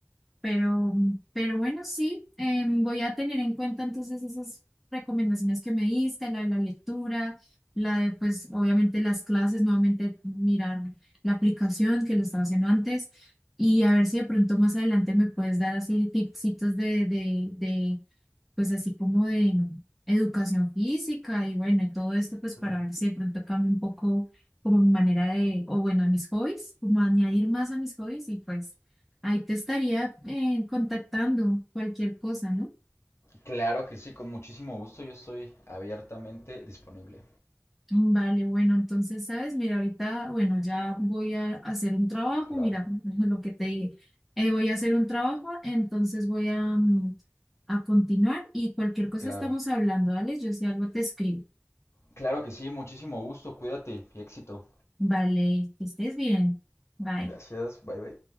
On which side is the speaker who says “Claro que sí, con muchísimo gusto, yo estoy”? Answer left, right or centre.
Left